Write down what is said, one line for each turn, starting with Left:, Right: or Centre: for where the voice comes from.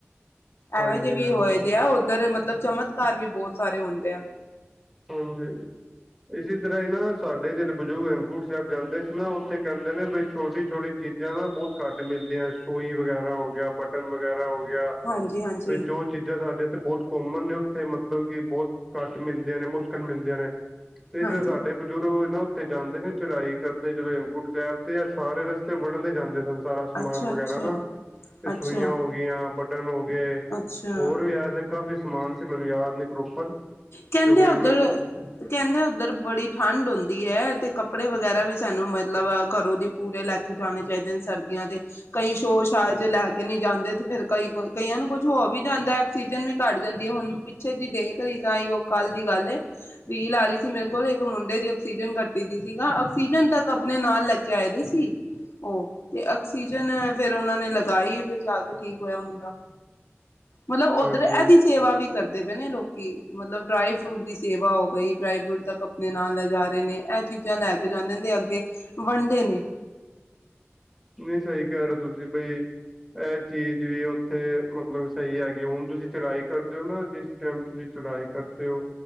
Centre: ਹਾਂਜੀ
Left: ਐਵੇ ਦੇ ਵੀ
Centre: ਹਾਂਜੀ
Left: ਹੋਏ ਦੇ ਆ ਔਧਰ ਮਤਲਬ ਚਮਤਕਾਰ ਵੀ ਬਹੁਤ ਸਾਰੇ ਹੁੰਦੇ ਆ।
Centre: ਹਾਂਜੀ। ਇਸੀ ਤਰ੍ਹਾਂ ਈ ਨਾ, ਸਾਡੇ ਜੇਹੜੇ ਬਜ਼ੁਰਗ ਹੇਮਕੂੰਟ ਸਾਹਿਬ ਜਾਂਦੇ ਸੀ ਨਾ, ਔਥੇ ਕਹਿੰਦੇ ਨੇ ਬੀ ਛੋਟੀ ਛੋਟੀ ਚੀਜ਼ ਜਾਂ ਨਾ ਬੋਤ ਘੱਟ ਮਿਲਦੀਆਂ। ਸੂਈ ਵਗੈਰਾ ਹੋ ਗਿਆ, ਬਟਨ ਵਗੈਰਾ ਹੋ ਗਿਆ।
Left: ਹਾਂਜੀ -ਹਾਂਜੀ।
Centre: ਵੀ ਜੋ ਚੀਜ਼ਾਂ ਸਾਡੇ ਏਥੇ ਬੋਤ ਕੋਮਨ ਨੇ, ਔਥੇ ਮਤਲਬ ਕਿ ਬੋਤ ਘੱਟ ਮਿਲ ਮੁਸ਼ਕਿਲ ਮਿਲਦੀਆਂ ਨੇ ਤੇ,
Left: ਹਾਂਜੀ
Centre: ਜੇੜੇ ਸਾਡੇ ਬ ਬਜੂਰਗ ਔ ਨਾ ਔਥੇ ਜਾਂਦੇ ਨੇ ਚੜ੍ਹਾਈ ਕਰਦੇ ਜਦੋਂ ਹੇਮਕੁੰਟ ਸਾਹਿਬ ਤੇ ਐ ਸਾਰੇ ਰਸਤੇ ਵੰਡਦੇ ਜਾਂਦੇ ਸਨ। ਸਾਰਾ ਸਮਾਨ
Left: ਅੱਛਾ
Centre: ਵਗੈਰਾ
Left: ਅੱਛਾ
Centre: ਨਾ ਤੇ
Left: ਅੱਛਾ
Centre: ਸੂਈਆਂ ਹੋ ਗੇਆਂ ਬਟਨ ਹੋ ਗਏ।
Left: ਅੱਛਾ
Centre: ਹੋਰ ਵੀ ਐਸੇ ਕਾਫ਼ੀ ਸਮਾਨ ਸੀ ਮੈਨੂੰ ਯਾਦ ਨੀ ਪ੍ਰੋਪਰ।
Left: ਕਹਿੰਦੇ
Centre: ਕਿਉਂਕਿ
Left: ਔਧਰ
Centre: ਮੈਨੂੰ
Left: ਕਹਿੰਦੇ ਔਧਰ ਬੜੀ ਠੰਢ ਹੁੰਂਦੀ ਐ ਤੇ ਕੱਪੜੇ ਵਗੈਰਾ ਵੀ ਸਾਨੂੰ ਮਤਲਬ ਘਰੋ ਦੀ ਪੂਰੇ ਲੈ ਕੇ ਜਾਣੇ ਚਾਹੀਦੇ ਨੇ ਸਰਦੀਆਂ ਦੇ। ਕਈ ਸ਼ੋਰ ਸ਼ਾਇਰ ਚ ਲੈ ਕੇ ਨਹੀਂ ਜਾਂਦੇ ਤੇ ਫਰ ਕਈ ਕਈਆਂ ਨੂੰ ਕੁੱਛ ਹੋ ਵੀ ਜਾਂਦਾ ਸੀਜਨ ਵੀ ਘੱਟ ਜਾਂਦੀ ਹੈ ਹੁਣ ਪਿੱਛੇ ਜੀ ਦੇਖ ਰਹੀ ਤਾਂ ਅਹਿੳ ਕੱਲ ਦੀ ਗੱਲ ਏ ਰੀਲ ਆ ਰਹੀ ਸੀ ਮੇਰੇ ਕੋਲ ਇੱਕ ਮੁੰਡੇ ਦੀ, ਆਕਸੀਜਨ ਕੱਟੀ ਦੀ ਸੀਗਾ ਆਕਸੀਜਨ ਤੱਕ ਆਪਣੇ ਨਾਲ ਲੈ ਕੇ ਆਏ ਦੀ ਸੀ ਓ, ਤੇ ਆਕਸੀਜਨ ਫੇਰ ਓਨਾਂ ਨੇ ਲਗਾਈ ਫਿਰ ਜਾ ਕੇ ਠੀਕ ਹੋਇਆ ਮੁੰਡਾ। ਮਤਲਬ ਔਧਰ
Centre: ਹਾਂਜੀ
Left: ਐਦੀ ਸੇਵਾ ਵੀ ਕਰਦੇ ਪਏ ਨੇ ਲੋਕੀ। ਕਿ ਮਤਲਬ ਡਰਾਈ ਫਰੂਟ ਦੀ ਸੇਵਾ ਹੋ ਗਈ। ਡਰਾਈ ਫਰੂਟ ਤੱਕ ਅਪਣੇ ਨਾਲ ਲੈ ਜਾ ਰਹੇ ਨੇ। ਐ ਚੀਜ਼ਾਂ ਲੈ ਜਾਂਦੇ ਨੇ ਤੇ ਅੱਗੇ ਵੰਡਦੇ ਨੇ।
Centre: ਨਈ ਸਹੀ ਕਹਿ ਰਹੇ ਓ ਤੁਸੀ ਬਈ, ਐ ਚੀਜ਼ ਵੀ ਓ ਓਥੇ ਮਤਲਬ ਸਹੀ ਹੈਗੀ। ਹੁਣ ਤੁਸੀ ਚੜਾਈ ਕਰਦੇ ਓ ਨਾ ਜਿਸ ਟਾਈਮ ਤੁਸੀ ਚੜਾਈ ਕਰਦੇ ਓ।